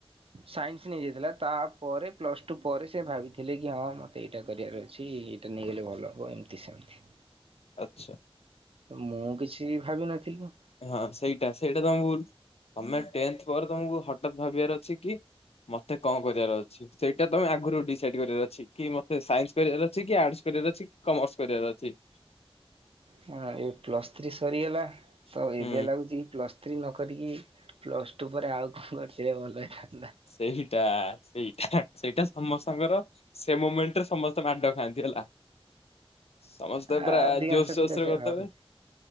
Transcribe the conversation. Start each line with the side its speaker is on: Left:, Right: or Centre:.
Right: ସାଇନ୍ସ ନେଇ ଯାଇଥିଲା ତାପରେ ପ୍ଲସ ଟୁ ପରେ ସେ ଭାବିଥିଲେ କି ହଁ ମତେ ଏଇଟା କରିବାର ଅଛି। ନେଇଗଲେ ଭଲ ହେବ ଏମିତି ସେମିତି।
Left: ଆଛା।
Right: ମୁଁ କିଛି ଭାବିିନଥିଲି।
Left: ହଁ ସେଇଟା ସେଇଟା ତମ ଭୁଲ ତମେ ଟେନ୍ଥ ପରେ ତମକୁ ହଠତ୍ ଭାବିବାର ଅଛି କି। ମତେ କଣ କରିବାର ଅଛି। ସେଇଟା ତମେ ଆଗରୁ ଡିସାଇଡ କରିବାର ଅଛି କି ମତେ ସାଇନ୍ସ କରିବାର ଅଛି କି ଆର୍ଟସ କରିବାର ଅଛି କି କମର୍ସ କରିବାର ଅଛି।
Right: ହଁ ଏ ପ୍ଲସ ଥ୍ରୀ ସରିଗଲା ତ ଏବେ
Left: ହୁଁ।
Right: ଲାଗୁଛି କି ପ୍ଲସ୍ ଥ୍ରି ନ କରିକି ପ୍ଲସ୍ ଟୁ ପରେ ଆଉ କଣ କରିଥିଲେ ଭଲ ହେଇଥାନ୍ତା।
Left: ସେଇଟା ସେଇଟା ସେଇଟା ସମସ୍ତଙ୍କର। ସେ ମୁମେଣ୍ଟ ରେ ସମସ୍ତେ ମାଡ ଖାଆନ୍ତି ହେଲା। ସମସ୍ତେ ପୁରା
Right: ଆ ଅଧିକାଂଶ
Left: ଜୋସ୍ ଜୋସ୍
Right: ପିଲା
Left: ରେ
Right: ସେଇଆ
Left: କରିଦେବେ।
Right: ଭାବନ୍ତି।